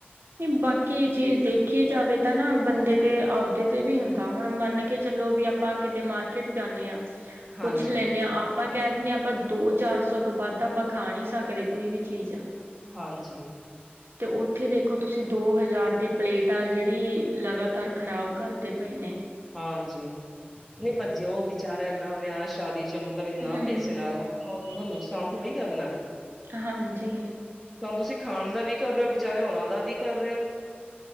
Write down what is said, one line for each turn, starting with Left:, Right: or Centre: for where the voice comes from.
Right: ਨੀ ਬਾਕੀ ਚੀਜ਼ ਦੇਖ ਦੇਖੀ ਜਾਵੇ ਤਾਂ ਨਾ ਬੰਦੇ ਤੇ ਆਪਦੇ ਤੇ ਵੀ ਹੁੰਦਾ, ਹੁਣ ਮਾੰਨ ਕੇ ਚਲੋ ਵੀ ਆਪਾਂ ਕਿਤੇ ਮਾਰ ਜਾਂਨੇ ਆ,
Centre: ਹਾਂਜੀ।
Right: ਕੁੱਛ ਲੈਂਨੇ ਆ ਆਪ ਆਪਾਂ ਕੈ ਦਿੰਨੇ ਆ, ਆਪਾਂ ਦੋ ਚਾਰ ਸੌ ਤੋਂ ਬਾੱਦ ਆਪਾਂ ਖਾ ਨੀ ਸਾਕਦੇ ਕੋਈ ਵੀ ਚੀਜ।
Centre: ਹਾਂਜੀ।
Right: ਤੇ ਓਥੇ ਦੇਖੋ ਦੇਖੋ ਤੁਸੀਂ ਦੋ ਹਜਾਰ ਦੀ ਪਲੇਟ ਆ, ਜੇੜੀ ਲਗਾਤਾਰ ਖਰਾਬ ਕਰਦੇ ਪਏ ਨੇ।
Centre: ਹਾਂਜੀ, ਨਈ ਪਰ ਜੇ ਓ ਵਿਚਾਰਾ ਏਨਾ ਵਿਆਹ ਸ਼ਾਦੀ ਚ ਮਤਲਬ ਇੰਨਾ
Right: ਹੂੰ
Centre: ਪੇਸੇ ਲਾ ਓਦਾ ਨੁਕਸਾਨ ਥੋੜੀ ਕਰਨੈ।
Right: ਹਾਂਜੀ।
Centre: ਹੋਣ ਤੁਸੀਂ ਖਾਣ ਦਾ ਵੀ ਕਰ ਰੇ ਓ, ਵਿਚਾਰੇ ਓਨਾਂ ਦਾ ਵੀ ਕਰ ਰੇ ਓ।